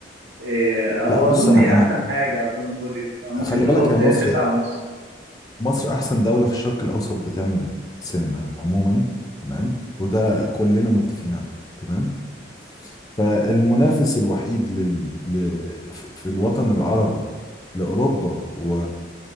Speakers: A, on the right (about 65°); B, on the left (about 20°).
A: إيه، هو
B: لا بص
A: أظن
B: انا
A: هي
B: انا
A: أحسن حاجة أظن هوليود فممكن
B: خلي
A: تاخد
B: بالك هي مصر
A: تسعة ونص
B: مصر احسن دولة في الشرق الاوسط بتعمل سينما عموما تمام وده كلنا متفقين عليه تمام فالمنافس الوحيد لل... ل... ف- في الوطن العربي لأوروبا و...